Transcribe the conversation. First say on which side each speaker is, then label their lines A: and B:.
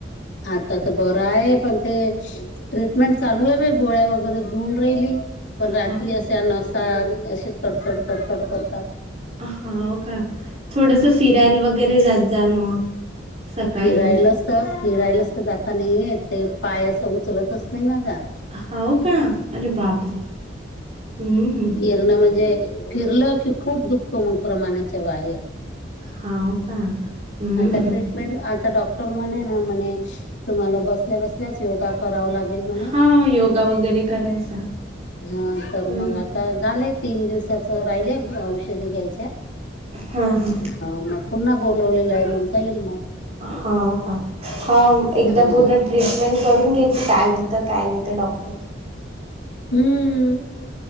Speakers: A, on the left; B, on the right.
A: आता तर बरं आहे पण ते ट्रीटमेंट चालू आहे बाई गोळ्या वगैरे घेऊन राहिली पण रात्री
B: हा
A: अशा नसा असे तडतड तडतड करतात
B: आंहांओका थोडंसं फिरायल वगैरे जात जा मग. सकाळी
A: फिरायलासत फिरायलासत जाता नाइ येत ते पाय असं उचलतच नाई माजा.
B: हाव का अरे बापरे हम्म हम्म
A: फिरण म्हणजे फिरलं की खूप दुखतो मग प्रमानाच्या बाहेर
B: हाव का हम्म
A: आता ट्रीटमेंट आता डॉक्टर म्हण ना म्ह तुम्हाला बसल्या बस त्याच योगा कराव लागेल म्हणे
B: हा योगा वगैरे करायचा
A: हां
B: हम्म
A: तर मग आ अं झालंय तीन दिवसाचं राहिलय अ औषधी घ्यायच्यात.
B: हम्म हम्म.
A: हा मग पुन्हा बोलवलेलाय आहे मग जाईल मग.
B: हा हा हा एकदा
A: हा.
B: पूर्ण ट्रीटमेंट करून घ्यायचं काय म्हणता काय नाही त डॉक्टर.
A: हम्म.
B: हो